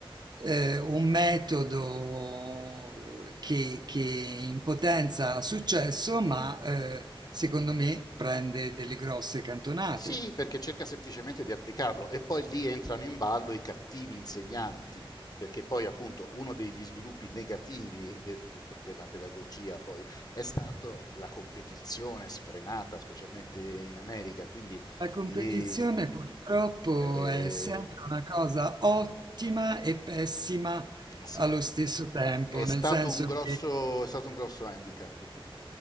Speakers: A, on the right; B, on the left.
A: eh, un metodo che, che in potenza ha successo, ma eh, secondo me prende delle grosse cantonate.
B: Sì, perché cerca semplicemente di applicarlo e poi lì entrano in ballo i cattivi insegnanti, perché poi appunto uno degli sviluppi negativi del- del- della pedagogia poi è stato la competizione sfrenata, specialmente in America, quindi
A: La competizione
B: eh,
A: purtroppo
B: eh,
A: è sempre una cosa ottima e pessima
B: sì,
A: allo stesso tempo,
B: è
A: nel
B: stato
A: senso
B: un grosso,
A: che
B: è stato un grosso handicap lì.